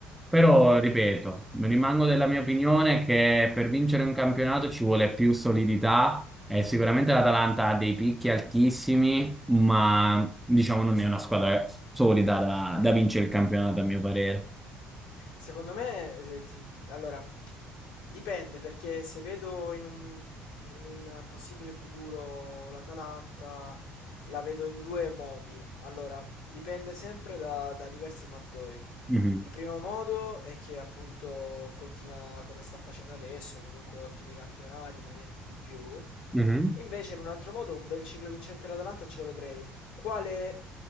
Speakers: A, in the centre; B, on the left (about 70°).
A: Però, ripeto, rimango della mia opinione che per vincere un campionato ci vuole più solidità e sicuramente l'Atalanta ha dei picchi altissimi, ma diciamo non è una squadra solida da, da vincere il campionato, a mio parere.
B: Secondo me, eh, eh, ti- allora, dipende perché se vedo in un, in un possibile futuro l'Atalanta, la vedo in due modi. Allora, dipende sempre da, da diversi fattori.
A: Mhm,
B: Il primo modo è che appunto continua come sta facendo adesso, comunque ottimi campionati, ma niente di più.
A: mhm,
B: Invece, in un altro modo, un bel ciclo vincente l'Atalanta ce lo vedrei. Quale